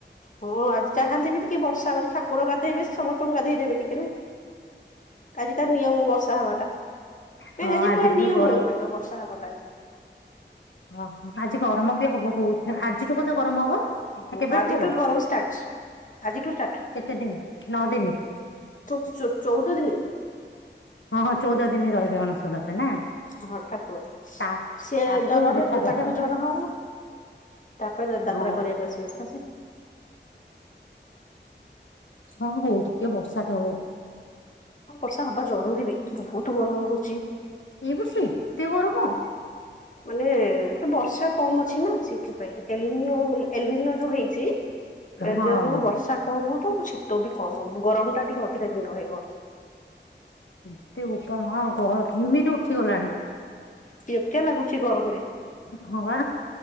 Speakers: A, on the left (about 45°); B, on the left (about 85°).
A: ହଁ ଆଉ ଯାହା ହେଲେ ବି ଟିକେ ବର୍ଷା ମ ଠାକୁର ଗାଧେଇବେ ସେ ସମସ୍ତଙ୍କୁ ଗାଧେଇ ଦେବେ ଟିକେ ନା। ଆଜି ତାର ନିୟମ ବର୍ଷା ହବାଟା।
B: ହଁ
A: ନାଇଁ ଆଜି
B: ଆଜିଠୁ
A: ପୁରା
B: ବି
A: ନିୟମ
B: ଗରମ
A: ତାଙ୍କର ବର୍ଷା ହେବାଟା।
B: ଓ ଆଜି ଗରମ ବି ହବ ବହୁତ ଆଜିଠୁ ବୋଧେ ଗରମ ହବ ନା
A: ବୋ
B: କେବେଠୁ
A: ଆଜିଠୁ
B: ହବ?
A: ଗରମ ଷ୍ଟାର୍ଟ ଆଜିଠୁ ଷ୍ଟାର୍ଟ।
B: କେତେ ଦିନ ନଅ ଦିନି।
A: ଚ -ଚ-ଚଉଦ ଦିନି।
B: ହଁ ହଁ ଚଉଦ ଦିନ ରହିବେ ଅଣସଣରେ ନା।
A: ହଁ ଠାକୁର
B: ତା
A: ସିଏ
B: ତାପରେ
A: ଜର ହେବ
B: ଦେଖାଦେବେ
A: ତାଙ୍କୁ
B: ଆଉ।
A: ଜର ହବ। ତାପରେ ଯାତ୍ରା
B: ହଁ
A: କରିବାକୁ ଆସିବେ ପରା ସେ।
B: ହଁ ହଉ ଟିକେ ବର୍ଷା ଟା ହଉ।
A: ହଁ ବର୍ଷା ହବା ଜରୁରୀ ବି ବହୁତ ଗରମ ହଉଚି।
B: ଏଇ ବର୍ଷ ଏତେ ଗରମ।
A: ମାନେ ଏ ବର୍ଷା କମ ଅଛି ନା ସେଥିପାଇଁ ଏ ଏଲିନୋ ଯୋଉ ହେଇଚି। ଏଲିନୋ
B: ହଁ
A: ଯୋଗୁଁ ବର୍ଷା କମ। ଅ ଶୀତ ବି କମ ଗରମ ଟା ଟିକେ ଅଧିକା ଦ ରହିବ।
B: ଏତେ ବୋପା ମା ଗହ ଘିମିରି ଉଠିଗଲାଣି।
A: କ୍ତିଆ ଲାଗୁଚି ଗରମରେ।
B: ଏ ହଁ ବା।